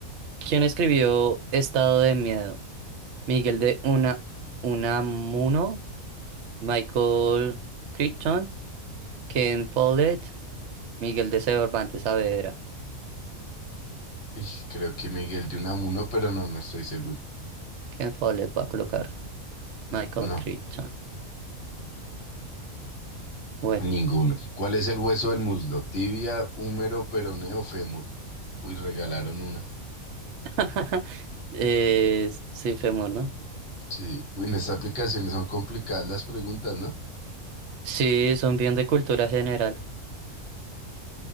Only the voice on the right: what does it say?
¿Quién escribió Estado de Miedo? Miguel de Una, Unamuno, Michael Crichton, Ken Follett, Miguel de Cervantes Saavedra.
Ken Follett va a colocar Michael
Crichton. Bueno,
<laughs> eh, sí, Femur, ¿no?
Sí, son bien de cultura general.